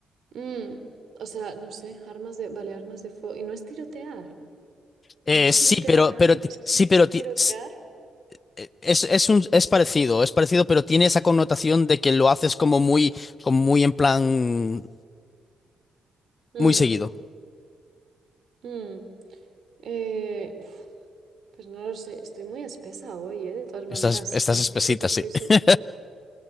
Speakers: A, on the right; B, on the left.
A: Mm, o sea, no sé, armas de, vale, armas de fuego. Y no es tirotear,
B: Eh,
A: no es
B: sí,
A: tirotear
B: pero,
A: realmente,
B: pero ti-
A: es que
B: sí,
A: si no
B: pero
A: es
B: ti-
A: tirotear.
B: s- eh, es, es un, es parecido, es parecido, pero tiene esa connotación de que lo haces como muy, como muy en plan
A: Mm,
B: Muy seguido.
A: mm, eh, pf, pues no lo sé, estoy muy espesa hoy, ¿eh? De todas maneras,
B: Estás, estás
A: yo es
B: espesita,
A: que creo que estoy
B: sí.
A: sub...
B: <laughs>